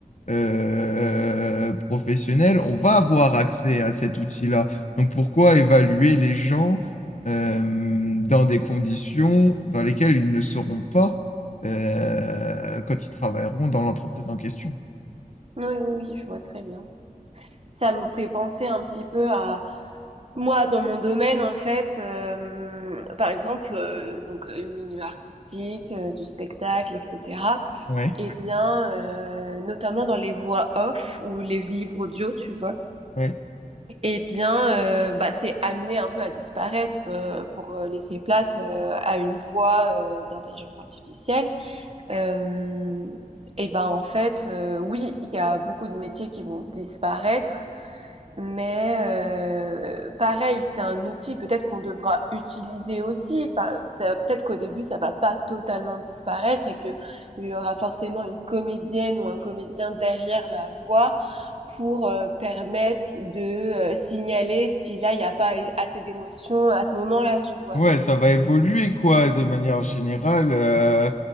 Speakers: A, on the left; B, on the right.
A: euh, professionnelle, on va avoir accès à cet outil-là. Donc pourquoi évaluer les gens euh, dans des conditions dans lesquelles ils ne seront pas euh, quand ils travailleront dans l'entreprise en question?
B: oui, oui, oui, je vois très bien. Ça me fait penser un petit peu à Moi, dans mon domaine, en fait, euh, par exemple, euh, donc euh, le milieu artistique, euh, du spectacle, etc.
A: Ouais,
B: Eh bien, euh, notamment dans les voix off ou les livres audio, tu vois.
A: ouais.
B: Eh bien, euh, bah, c'est amené un peu à disparaître euh, pour euh, laisser place euh, à une voix euh, d'intelligence artificielle. Euh, eh ben, en fait, euh, oui, il y a beaucoup de métiers qui vont disparaître. Mais euh, pareil, c'est un outil peut-être qu'on devra utiliser aussi. Pas- ça- Peut-être qu'au début, ça va pas totalement disparaître et qu'il y aura forcément une comédienne ou un comédien derrière la voix pour euh, permettre de euh, signaler si là, il n'y a pas assez d'émotion à ce moment-là, tu vois.
A: Ouais, ça va évoluer quoi, de manière générale. euh,